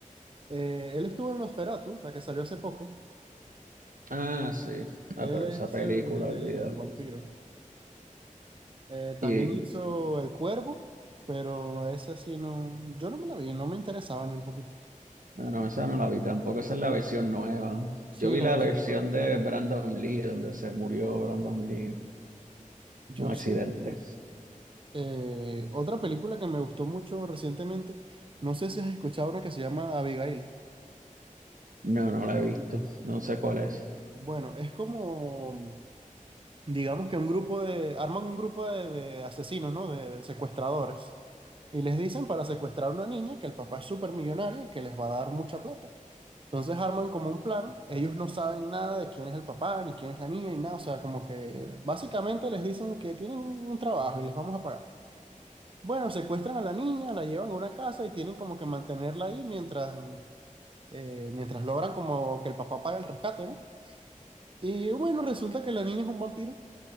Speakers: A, on the right; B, on the right.
A: eh, él estuvo en Nosferatu, la que salió hace poco.
B: Ah, sí. Ah,
A: Él
B: pero
A: es
B: esa película,
A: el,
B: olvídalo.
A: el vampiro. Eh, también
B: Y
A: hizo El Cuervo, pero esa sí no, yo no me la vi, no me interesaba ni un poquito.
B: ah, no, esa no la vi tampoco, esa es la versión nueva.
A: Sí,
B: Yo vi
A: la
B: la
A: versión
B: versión
A: nueva.
B: de Brandon Lee, donde se murió Brandon Lee en un
A: Yo
B: accidente.
A: sé que eh, otra película que me gustó mucho recientemente, no sé si has escuchado una que se llama Abigail.
B: No, no la he visto, no sé cuál es.
A: Bueno, es como digamos que un grupo de, arman un grupo de, de asesinos, ¿no? De, de secuestradores. Y les dicen para secuestrar a una niña que el papá es súper millonario y que les va a dar mucha plata. Entonces arman como un plan, ellos no saben nada de quién es el papá, ni quién es la niña, ni nada, o sea, como que básicamente les dicen que tienen un un trabajo y les vamos a pagar. Bueno, secuestran a la niña, la llevan a una casa y tienen como que mantenerla ahí mientras, eh, mientras logran como que el papá pague el rescate, ¿no? Y bueno, resulta que la niña es un vampiro.